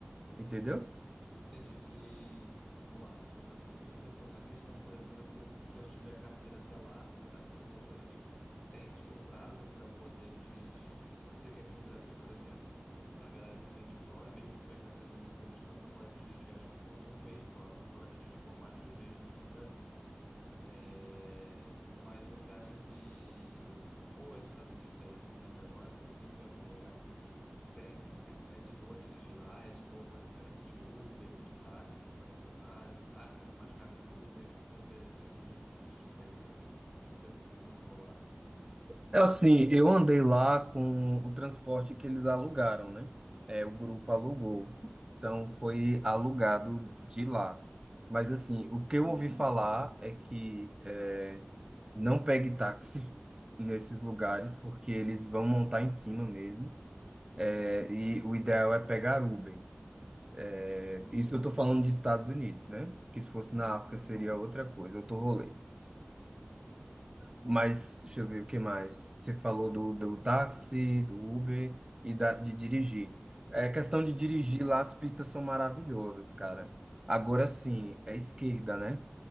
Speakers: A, on the right; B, on the left.
A: entendeu?
B: Entendi. E vamos lá, você falou da comida, fal- a questão, por exemplo, se eu tiver carteira até lá, de carteira de motorista, tem tipo prazo para eu poder dirigir? Tipo, eu sei que aqui no Brasil, por exemplo, a galera que vem de fora, mesmo que tiver carteira de motorista, ela só pode dirigir, acho que por um mês só, ela não pode dirigir por mais de um mês dentro do Brasil. É, mas você acha que, ou é nos Estados Unidos já isso, não lembro agora, eu vi isso em algum lugar. Tem, te- é de boa dirigir lá, é de boa, por exemplo, também pedir Uber, pedir táxi se for necessário. Táxi é mais caro que o Uber. O que que você viu de, de diferença assim? Se você andou lá assim, né?
A: É Assim, eu andei lá com o transporte que eles alugaram, né? É, o grupo alugou.
B: Uhum,
A: Então, foi alugado de lá. Mas, assim, o que
B: uhum,
A: eu ouvi falar é que é, não pegue táxi <laughs> nesses lugares, porque eles vão montar em cima mesmo. É, e o ideal é pegar Uber. É,
B: uhum,
A: Isso eu tô falando de Estados Unidos, né? Que se fosse na África
B: uhum.
A: seria outra coisa, outro rolê. Mas, deixa eu ver o que mais. Você falou do, do táxi, do Uber e da, de dirigir. É questão de dirigir
B: Isso.
A: lá, as pistas são maravilhosas, cara. Agora sim, é esquerda, né?